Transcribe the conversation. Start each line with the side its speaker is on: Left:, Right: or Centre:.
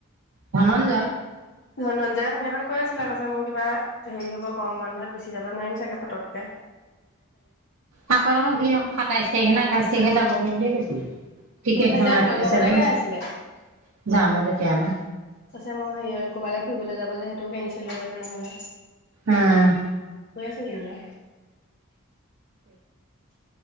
Right: ধনঞ্জয়।
Left: ধনন্জয় সেইদিনাখন কৈ আছিলে আ কৌছে মোৰ কিবা হেৰি হব গৰম বন্ধত গুচি যাব নোৱাৰিম চাগে পটককে।
Right: থাকৰ সি সাতাইছ তাৰিখে নে আঠাইছ তাৰিখে যাবগৈ বুলি কৈছে টিকেট
Left: অ সেইদিনা
Right: বনাই
Left: আপোনালোকৰ
Right: থৈছে
Left: ঘৰতে
Right: বুলি
Left: গাই
Right: কৈছে
Left: আছিলে
Right: জানো তেতিয়া হ'লে।
Left: পাছে মোৰ হেৰি ক'ৰবালৈ ফুৰিবলৈ যাব যে সেইটো কেনঞ্চেল হৈ যাব নহলে।
Right: উম
Left: কনা <unintelligible>